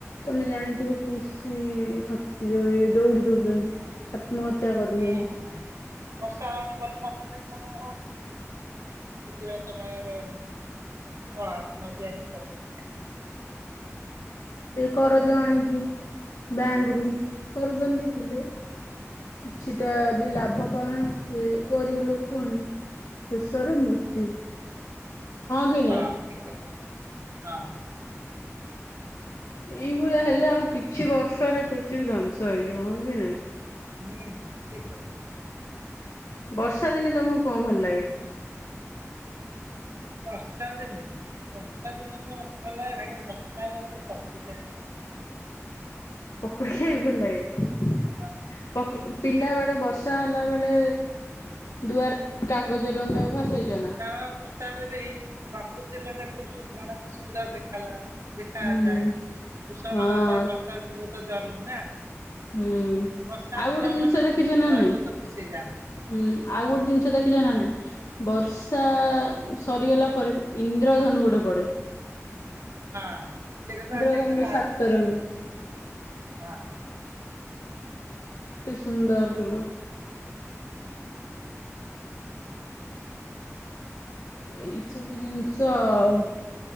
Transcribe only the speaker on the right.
ହୁଁ ହୁଁ ବର୍ଷା ହଉନି ବୋଲି ଫସଲ ବି ଭଲ ହ ସେଥିପାଇଁ ସେମାନେ ହଁ ଆତ୍ମହତ୍ୟା ହିଁ କରୁ ଛନ୍ତି।
ହଁ ଠିକ୍ କଥା ହଁ।
ହୁଁ ଠିକ୍ କଥା।
ବର୍ଷା ଦିନେ, ବର୍ଷା ଦିନେ ତ ମତେ ଭଲ ଲାଗେ ନା ବର୍ଷା ହେଲେ ମତେ ପକୁଡି ଖାଇବାକୁ ଭଲ ଲାଗେ।
ହଁ
ହଁ ପ୍ରସାଦରେ ହି ପ୍ରକୃତି ମଧ୍ୟ ଖୁବ ସୁନ୍ଦର-ସୁନ୍ଦର ଦେଖା ଲାଗେ। ଦେଖାଯାଏ।
କୃଷମାନାନଙ୍କ
ପାଇଁ ବର୍ଷା ରୁତୁ ବୋହୁତ୍ ଜରୁରୀ ନା।
ବର୍ଷା ଆସିଲା
ମାନେ
ସେମାନେ
ବହୁତ ଖୁସି ହେଇଯାଆନ୍ତି
ହଁ
ହଁ
ହଁ ସେଟା ତ
ଦେଖିବାକୁ ଆହୁରି
ସୁନ୍ଦର
ଲାଗେ। ହଁ।